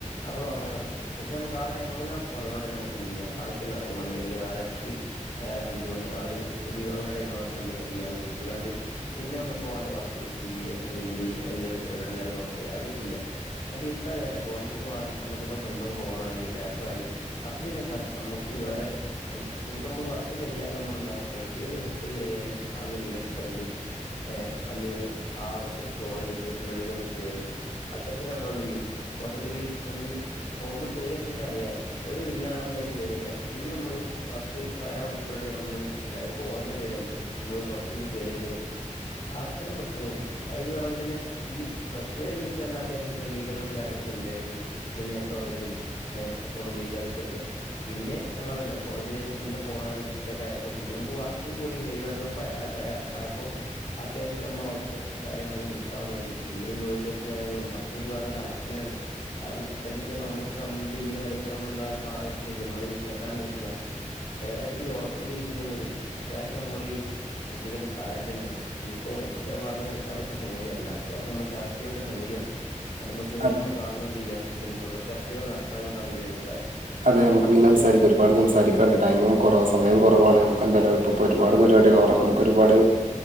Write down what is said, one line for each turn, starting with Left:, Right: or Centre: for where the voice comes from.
Left: നമ്മൾ ഒറങ്ങാൻ കെട്ക്കും പക്ഷെ നമുക്ക് ആ ടൈം അങ്ങനെ ഉറങ്ങ്ണൊണ്ടന്നെ നമക്ക് എന്തെയ്യ റച്ച് നാല് മണി അല്ലെങ്കിൽ നാലരക്ക് ഏ അഞ്ചുമണി ആ ഒരു സുബി വാങ്ങന ടൈം ആവ്പ നമുക്ക് എന്ത് ചെയ്യ നീച്ച് കാണ്ട് പിന്നെ നമുക്ക് വേണ്ട വർക്കുകൾ ചെയ്യേ അല്ലെങ്കില് എന്തേ <unintelligible> നോക്കെ അതൊക്കെ ചെയ്യാ പക്ഷെ ഇപ്പ അങ്ങനല്ല കോളേജ്ക്ക് മാറി നമക്കിപ്പ സ്വന്തം ഫോണായി ലാപ് യി അപ്പോ പിന്നെന്ത അമ്മക്ക് വേറെ ഇനിപ്പോ നമ്മള് വർക്ക് കഴിഞ്ഞാല് നമ്മളെന്താ വെറുതെന്ന് ഇൻസ്റ്റ കയറിയല് ആ ന്ന് റീല ണ്ട് ഏ അന്ന് ആ സ്ക്രോൾ ചെയ്ത് സോഷ്യൽ മീഡിയ ഒന്ന് കേറി അത്തരത്തിൽ നമ്മളെന്തെയ്യും മൊത്തത്തില് ഒന്ന് ഫോണ്മ്മല് കേറിയാൽ പിന്നെ അറിയാലോ ഒരു റീലാണ കേറിക്കാരം പിന്നെ നമ്മള് പത്ത് അരമണിക്കൂരട് നമ്മള് എന്ത ബോധം തന്നെ വര നമ്മള് <unintelligible> കയറിയാച്ച അത്തരം പ്രശ്നങ്ങൾ പറഞ്ഞ പോലെ തന്നെ ഈ പ്ലസ് ടു വരെ ഇൻക്ക് നല്ല അത്യാവശ്യം ക്രമീകരണങ്ങളും കാര്യങ്ങളൊക്കെ ഇണ്ടായിരുന്നു ഇങ്ങന നേരത്തെ ഒറങ്ങലും എ ഫോണ് ബയോഗിക്കാതെക്കലൊക്കെ പിന്നെ ഞാൻ പറാഞ്ഞല്ലോ കോളേജില സ്വന്തം ഫോണായി ഇതൊക്കെ ആയപ്പോ പിന്നെ നമുക്ക് വർക്കും കൂടി ഹെവി വർക്കും പെ ത ആയപ്പോ അത്യാവശ്യം നമ്മ ഒറക്കും കാര്യങ്ങളൊക്കെ മിസ് ൻ തുടങ്ങി പിന്നെഈ വേൾഡ് കപ്പും കാര്ങ്ങളുംക്കെ ജ്ജ് പറഞ്ഞ കറക്റ്റ്ന്നെയാണ് ആ അത്തരം വിഷയം നമ്മളിപ്പോ നമ്മുടെ ടീമിനെ കളിയൊക്ക നമ്മൾ എന്താലും കാണാതിരിക്ക നമ്മളത് മിസ്സാക്കാനും നിക്കൂല്ല ഏതായാലും പ്പ ഈ ഉറക്കിന് വിശയന്നർഞ്ഞത് അത്യാവശ്യം നമ്മളീ ശ്രദ്ധിക്കേണ്ട കാര്യം തന്നെയാണ് ഇതിപ്പോ ഇത്ര പറഞ്ഞു നിർത്താൻ പറ്റിയ സംഗതിയല്ല ഇല്ല അത്യാവശ്യം നമ്മൾ ചർച്ച ചെയ്യേണ്ട സംഗതിയാണ് നമുക്ക് നേരിട്ട്
Right: അ-
Left: കാണുമ്പോന്ത്യ്യ ഇതിന് തുടർ ചർച്ചകൾ നടത്താന്നുള്ളതാണ് ഞ അഭിപ്രായം
Right: അതെ നമുക്ക് പിന്നെ സംസാരിക്ക ഒരുപട് സംസാരിക്കാണ്ട് ടൈമും കുറവ സമയ കുറവാണ് നമുക്കെന്തായാലും ഒരുപാട് പേര് ട് ഓ നമുക്ക് ഒരുപാട്